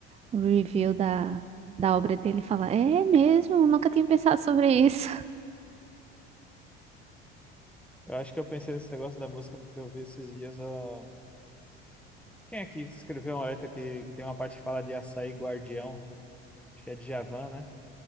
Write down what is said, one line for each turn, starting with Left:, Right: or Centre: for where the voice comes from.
Right: o review da, da obra dele e fala, é mesmo, Eu nunca tinha pensado sobre isso. <laughs>
Centre: Eu acho que eu pensei nesse negócio da música porque eu vi esses dias. ó, Quem é que escreveu uma letra que tem uma parte que fala de açaí guardião? Acho que é Djavan, né?